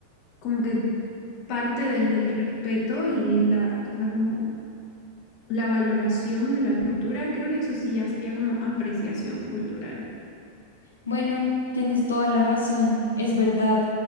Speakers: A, on the left; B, on the left.
A: como que parte desde el respeto y la, o sea, como la valoración de la cultura, creo que eso sí ya sería como apreciación cultural.
B: Bueno, tienes toda la razón, es verdad.